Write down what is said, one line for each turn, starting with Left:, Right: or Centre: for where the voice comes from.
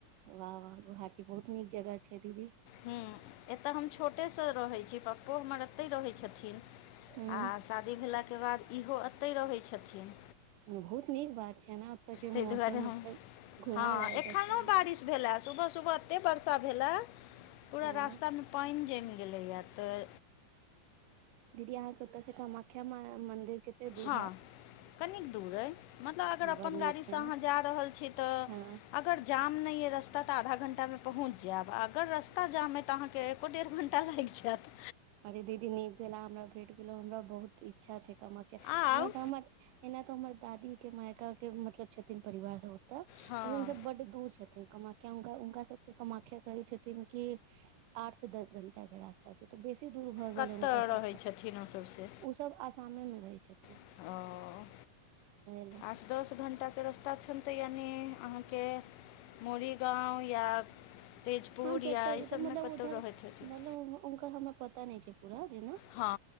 Right: वाह-वाह गुहाटी बहुत नीक जगह छै दीदी
Left: हूँ एत हम छोटेसँ रहै छी पप्पो हमर एतहि रहै छथिन
Right: हूँ
Left: आ शादी भेलाके बाद इहो अतए रहैत छथिन
Right: बहुत नीक बात छै ने ओत के
Left: ताहि
Right: मौसम
Left: दुआरे हम
Right: ओतऽ घूम
Left: हँ
Right: लायक
Left: एखनो
Right: स्थान
Left: बारिश
Right: छै
Left: भेल सुबह-सुबह एते बर्षा भेलै। पूरा
Right: हँ
Left: रस्तामे पाइन जमि गेलैए तऽ
Right: दीदी अहाँके ओतय से कामाख्या माई मन्दिर कतेक दूर
Left: हँ
Right: हैत
Left: कनिक दूर अइ मतलब अगर अपन
Right: बड नीक
Left: गाड़ीसँ
Right: छै
Left: अहाँ
Right: ने
Left: जा रहल छी तऽ
Right: हँ
Left: अगर जाम नहि यऽ रास्ता तऽ आधा घण्टामे पहुँच जैब अगर रस्ता ताऽ जाम अए तऽ अहाँके एको डेढ़ घण्टा लागि जैत
Right: अरे दीदी नीक भेला अहा हमरा भेट गेलो हमरा बहुत इच्छा छै। कामख्या के
Left: आउ
Right: एना तऽ हमर एना त हमर दादी के मायका के मतलब छथिन परिवार सब
Left: हँ
Right: लेकिन सब बड दूर छथि कामख्या हुनका सबके कामख्या कहे छथिन कि आठ स दस घंटा के रास्ता छै बेस बेसी दूर भऽ गेल
Left: कतऽ
Right: है हुनकर सबसँ
Left: रहै छथिन ओसभ से
Right: ओ सब आसामे मे रहै छथिन
Left: ओ सबसे
Right: ओएले
Left: आठ दस घण्टाके रस्ता छनि तऽ यानि अहाँके मोरीगांव या तेजपुर
Right: हँ
Left: या
Right: जते भीत
Left: ई सभमे
Right: मतलब
Left: कतहु
Right: उधर
Left: रहैत हेथिन
Right: मतलब उनकर हमरा पता नहि छै पूरा जेना।
Left: हँ